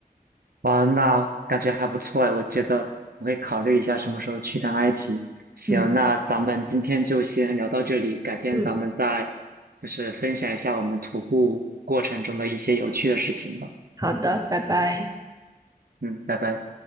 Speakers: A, on the right; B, on the right.
A: 哇，那感觉还不错诶，我觉得我会考虑一下什么时候去趟埃及。行，
B: 嗯，
A: 那咱们今天就先聊到这里，改天咱们再
B: 嗯，
A: 就是分享一下我们徒步过程中的一些有趣的事情吧。
B: 好的，拜拜。
A: 嗯，拜拜。